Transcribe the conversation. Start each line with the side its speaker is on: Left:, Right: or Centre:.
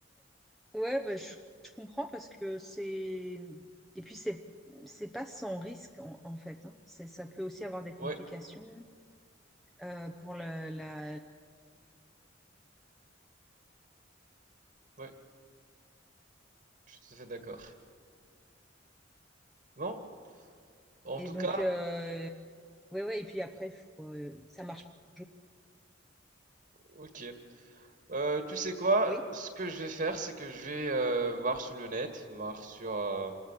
Centre: ouais, bah, je, je comprends parce que c'est... Et puis, c'est, c'est pas sans risque, en, en fait. hein. C'est, ça peut aussi avoir des complications
Right: Ouais,
Centre: euh, pour la, la...
Right: ouais, je suis tout à fait d'accord. Bon, en
Centre: Et
Right: tout
Centre: donc,
Right: cas,
Centre: euh, ouais, ouais. Et puis après, faut, euh, ça marche pas toujours.
Right: OK, Euh, tu sais quoi?
Centre: Oui,
Right: Ce que je vais faire, c'est que je vais euh, voir sur le net, voir sur euh,